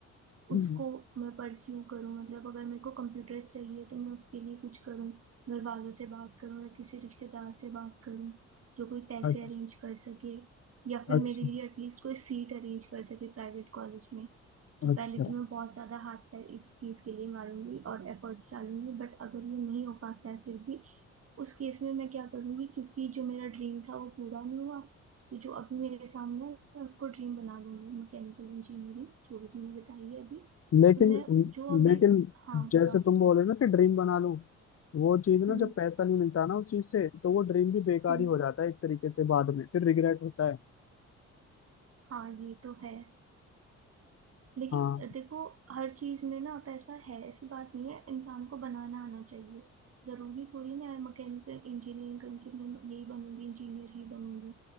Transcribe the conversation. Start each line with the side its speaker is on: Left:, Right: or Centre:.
Left: हम्म।
Right: उसको मैं परस्यू करूं मतलब अगर मेरे को कंप्यूटर्स चाहिए तो मैं उसके लिए कुछ करूं घर वालों से बात करूं या किसी रिश्तेदार से बात करूं जो कोई पैसे
Left: अच्छा
Right: अरेंज कर सके या फिर
Left: अच्छा
Right: मेरे लिए एटलीस्ट कोई सीट अरेंज कर सके प्राइवेट कॉलेज में तो
Left: अच्छा
Right: पहले तो मैं बहुत ज्यादा हाथ पैर इस चीज के लिए मारूंगी और एफर्ट्स डालूंगी बट अगर ये नहीं हो पाता है फिर भी उस केस में मैं क्या करूंगी क्योंकि जो मेरा ड्रीम था वो पूरा नहीं हुआ तो जो अभी मेरे सामने है मैं उसको ड्रीम बना लूंगी मैकेनिकल इंजीनियरिंग जो भी तुमने बताई है अभी
Left: लेकिन
Right: तो मैं जो अभी
Left: लेकिन
Right: हाँ
Left: जैसे
Right: बताओ
Left: तुम बोल रहे हो ना कि ड्रीम बना लूं वो चीज ना
Right: हम्म
Left: जब पैसा नहीं मिलता ना उस चीज से तो वो ड्रीम भी बेकार
Right: हम्म
Left: ही हो जाता है एक तरीके से बाद में फिर रिग्रेट होता है
Right: हाँ ये तो है लेकिन
Left: हाँ
Right: देखो हर चीज में ना पैसा है ऐसी बात नहीं है इंसान को बनाना आना चाहिए जरूरी थोड़ी ना है मैकेनिकल इंजीनियरिंग करके मैं यही बनूंगी इंजीनियर ही बनूंगी